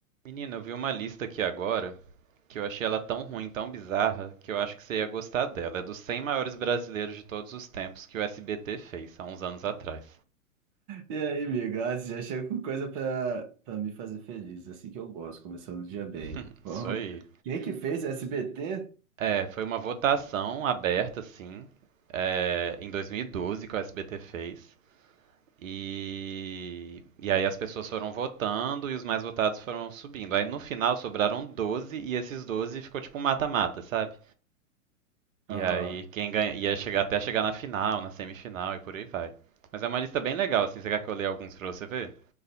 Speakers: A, on the right; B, on the right.
A: Menina, eu vi uma lista aqui agora que eu achei ela tão ruim, tão bizarra, que eu acho que você ia gostar dela. É dos 100 maiores brasileiros de todos os tempos que o SBT fez, há uns anos atrás.
B: E aí, amigo? Ah, você já chega com coisa pra, pra me fazer feliz. Assim que eu gosto, começando o dia bem.
A: <laughs>
B: <laughs> Vamos.
A: Isso aí.
B: Quem que fez SBT?
A: É, foi uma votação aberta, assim, é, em 2012 que o SBT fez. E, e aí as pessoas foram votando e os mais votados foram subindo. Aí no final sobraram 12 e esses 12 ficou tipo um mata-mata, sabe?
B: Aham.
A: E aí quem ganha ia chegar até chegar na final, na semifinal e por aí vai. Mas é uma lista bem legal, assim. Você quer que eu leia alguns pra você ver?